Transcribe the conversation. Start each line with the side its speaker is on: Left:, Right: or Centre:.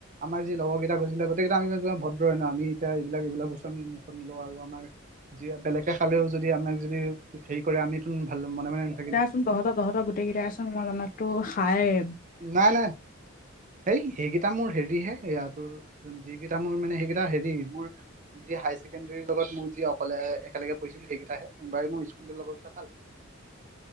Right: আমাৰ যি লগৰকেইটা গৈছিলে গোটেইকেইটা আমি ইমান ভদ্ৰই ন'। আমি এতিয়া এইবিলাক, এইবিলাক বস্তু আমি মুখত নলওঁ আৰু আমাৰ যিয়ে বেলেগে খালেও যদি আমাক যদি হেৰি কৰে, আমিতো ভাল মনে-মনে নাথাকিম।
Left: কোন তহঁতৰ-তহঁতৰ গোটেই কেইটাইচোন মই জানাততো খায়েই।
Right: নাই, নাই। এই সেইকেইটা মোৰ হেৰি হে, এইয়া তোৰ যিকেইটা মোৰ মানে সেইকেইটা হেৰি মোৰ যি হায়াৰ ছেকেণ্ডেৰীৰ লগত মোৰ যি অকলে একেলগে পঢ়িছিলোঁ সেইকেইটাহে, বাৰু মোৰ স্কুলীয়া লগৰ কেইটা ভাল।
Left: <unintelligible>